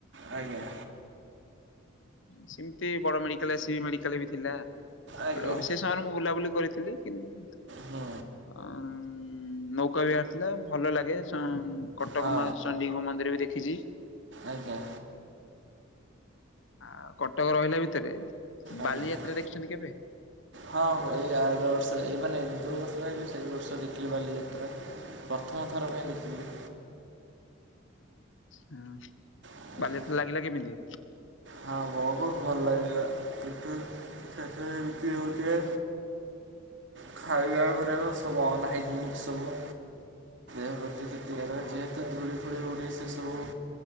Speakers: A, on the right; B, on the left.
A: ଆଜ୍ଞା।
B: ସେମିତି ବଡ ମେଡିକାଲ ସି ମେଡିକାଲ ବି ଥିଲା ସେପଟେ
A: ଆଜ୍ଞା
B: ବିଶେଷ ସେମାନେ ମୁଁ ବୁଲାବୁଲି କରିଥିଲି। କିନ୍ତୁ
A: ହୁଁ
B: ଉଁ ମୋ କହିବାର ଭଲ ଲାଗେ ସେ କଟକ
A: ହଁ
B: ମାଉସୀ ଚଣ୍ଡୀଙ୍କ ମନ୍ଦିର ବି ଦେଖିଚି।
A: ଆଜ୍ଞା।
B: ଆ କଟକ ରହିଲା ଭିତରେ
A: ଆଜ୍ଞା
B: ବାଲିଯାତ୍ରା ଦେଖିଚନ୍ତି କେବେ?
A: ହଁ, ଏଇ ଆର ବର୍ଷ ଏଇ ମାନେ ଯୋଉ ବର୍ଷ ରହିବି ସେଇ ବର୍ଷ ଦେଖିଲି ବାଲି ଯାତ୍ରା। ପ୍ରଥମ ଥରପାଇଁ ଦେଖନ୍ତୁ।
B: ହଁ,
A: ଆଜ୍ଞା
B: ବାଲିଯାତ୍ରା ଲାଗିଲା କେମିତି?
A: ହଁ, ବହୁତ ଭଲ ଲାଗିଲା ସେଠୀ ସେଠରେ ବିକିର ବିକ୍ରି ହୋଉଥିବା ଖାଇବା ଗୁଡାକ ସବୁ ଅନହାଇଜାନିକ ସବୁ। ଗୋଟେ ଜିତିବାରେ ତିନି ଧୂଳି ଖେଳିବ ଉଡେ ସେ ସବୁ।